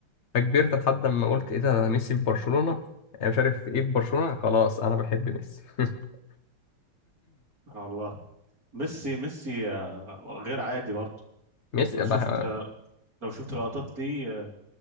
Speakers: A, on the left; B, on the right.
A: فكبرت لحد ما قلت ايه ده ميسي في برشلونة أنا مش عارف ايه في برشلونة خلاص انا بحب ميسي <laughs>
B: آه والله ميسي ميسي آه، غير عادي برضو
A: ميسي
B: لو شفت
A: بح...
B: آه، لو شفت لقطات ليه آه،